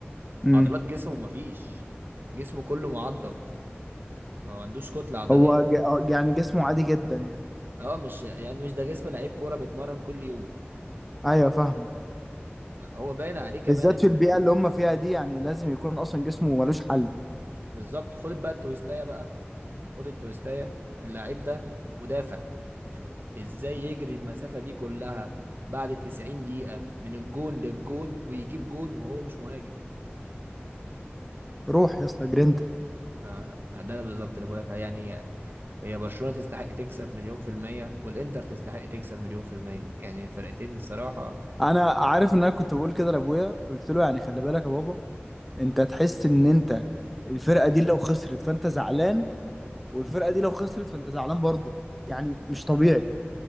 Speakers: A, in the centre; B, on the right (about 55°).
A: امم
B: عضلات جسمه مفيش جسمه كله معضم ما عندوش كتله عضليه
A: هو ج... آه، يعني جسمه عادي جدا يعني
B: اه مش يعني مش ده جسم لعيب كوره بيتمرن كل يوم
A: ايوه فاهمك
B: فهو باين عليه كمان
A: بالذات في البيئه اللي هم فيها دي يعني لازم يكون اصلا جسمه ملوش حل
B: بالظبط خد بقى التويستايه بقى خد التويستايه اللعيب ده مدافع ازاي يجري المسافة دي كلها بعد 90 دقيقة من الجون للجون ويجيب جون وهو مش مهاجم
A: روح يا اسطى جرينتا
B: آه، آه، ده بالظبط اللي بقولك عليه يعني هي برشلونة تستحق تكسب مليون في المية والإنتر تستحق تكسب مليون في المية يعني الفرقتين الصراحة
A: انا عارف ان انا كنت بقول كده لابويا قلت له يعني خلي بالك يا بابا انت تحس ان انت الفرقه دي لو خسرت فانت زعلان والفرقه دي لو خسرت فانت زعلان برضه يعني مش طبيعي